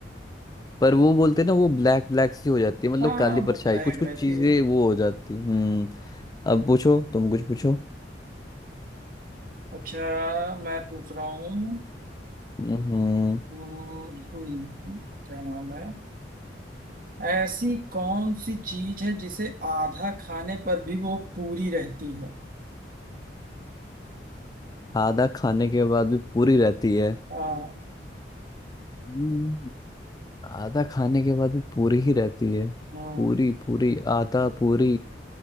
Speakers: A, on the left; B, on the right.
A: पर वो बोलते हैं ना वो ब्लैक ब्लैक सी हो जाती है मतलब
B: हाँ
A: काली
B: वो
A: परछाई
B: ब्लैक
A: कुछ कुछ
B: रहती
A: चीजें
B: है
A: वो हो जाती है हम्म अब पूछो
B: हम्म,
A: तुम कुछ पूछो
B: अच्छा मैं पूछ रहा हूँ
A: हम्म
B: हम्म, हम्म, क्या नाम है ऐसी कौन सी चीज है जिसे आधा खाने पर भी वो पूरी रहती है
A: आधा खाने के बाद भी पूरी रहती है
B: हाँ
A: हम्म, आधा खाने के बाद भी पूरी ही रहती है
B: हाँ।
A: पूरी पूरी आधा पूरी